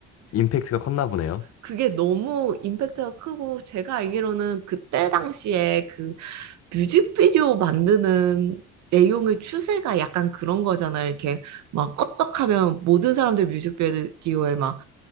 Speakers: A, on the left (about 55°); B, on the right (about 75°).
A: 임팩트가 컸나 보네요.
B: 그게 너무 임팩트가 크고 제가 알기로는 그때 당시에 그 뮤직비디오 만드는 내용의 추세가 약간 그런 거잖아요. 이렇게 막 껐떡하면 모든 사람들 뮤직비디오에 막